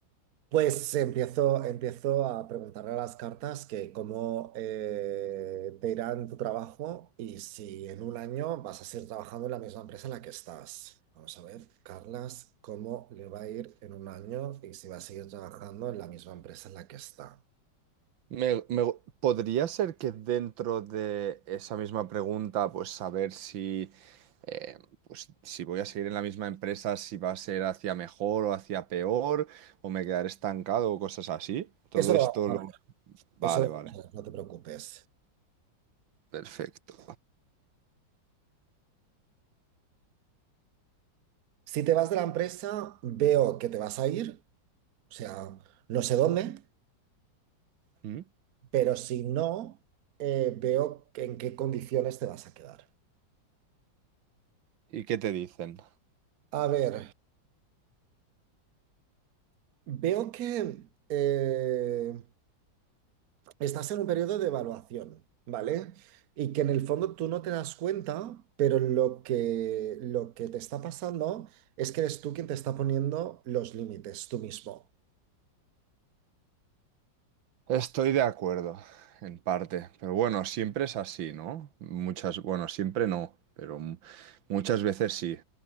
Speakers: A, on the right; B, on the right.
A: Pues empiezo, empiezo a preguntarle a las cartas que cómo eh, te irá en tu trabajo y si en un año vas a seguir trabajando en la misma empresa en la que estás. Vamos a ver, Carlas, cómo le va a ir en un año y si va a seguir trabajando en la misma empresa en la que está.
B: Me, me- podría ser que dentro de esa misma pregunta, pues saber si, eh, pues, si voy a seguir en la misma empresa, si va a ser hacia mejor o hacia peor, o me quedaré estancado o cosas así. Todo
A: Eso lo
B: esto
A: vamos a
B: lo...
A: ver,
B: Vale,
A: eso lo
B: vale.
A: vamos a ver, no te preocupes.
B: Perfecto.
A: Si te vas de la empresa, veo que te vas a ir, o sea, no sé dónde,
B: ¿Mm?
A: pero si no, eh, veo que- en qué condiciones te vas a quedar.
B: ¿Y qué te dicen?
A: A ver, veo que eh, estás en un periodo de evaluación, ¿vale? Y que en el fondo tú no te das cuenta, pero lo que, lo que te está pasando es que eres tú quien te está poniendo los límites, tú mismo.
B: Estoy de acuerdo, en parte, pero bueno, siempre es así, ¿no? Muchas, bueno, siempre no, pero mu- muchas veces sí.